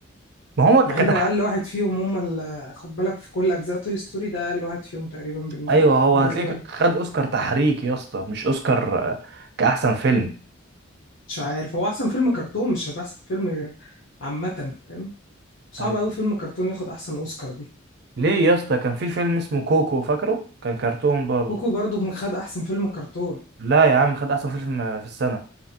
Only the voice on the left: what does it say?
مع انه اقل واحد فيهم هم اللي خد بالك في كل اجزاء توي ستوري ده اقل واحد فيهم تقريبا بال-
بالنسبه
ل-
مش عارف هو احسن فيلم كرتون مش هيبقى احسن فيلم عامه فاهم صعب
قوي فيلم كرتون ياخد احسن اوسكار دي
كوكو برضو كان خد احسن فيلم كرتون